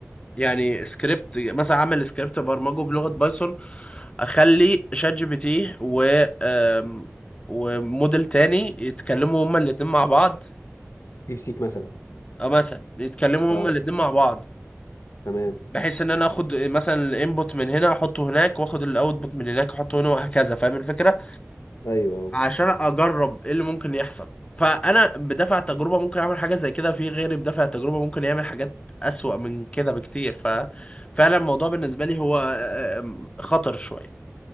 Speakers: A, on the left; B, on the left.
A: يعني سكريبت مثلا أعمل سكريبت برمجه بلغة بايثون أخلي شات جي بي تي و آم، وموديل تاني يتكلموا هما الاتنين مع بعض
B: ديب سيك مثلا
A: أو مثلا يتكلموا
B: اه
A: هما الاتنين مع بعض
B: تمام
A: بحيث إن أنا آخد مثلا الانبوت من هنا أحطه هناك وآخد الاوتبوت من هناك أحطه هنا وهكذا فاهم الفكرة؟
B: ايوه
A: عشان اجرب ايه اللي ممكن يحصل فانا بدافع التجربه ممكن اعمل حاجه زي كده في غيري بدافع التجربه ممكن يعمل حاجات اسوأ من كده بكتير ففعلا الموضوع بالنسبه لي هو آه، آه، خطر شويه